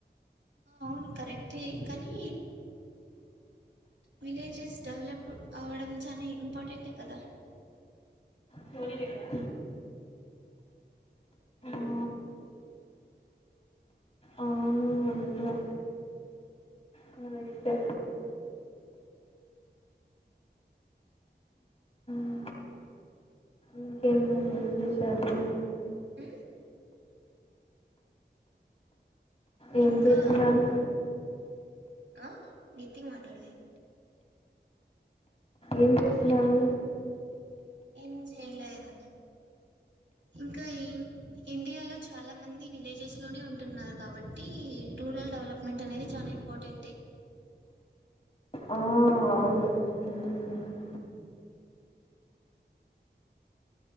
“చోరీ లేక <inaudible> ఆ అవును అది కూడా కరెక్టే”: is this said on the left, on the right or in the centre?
Left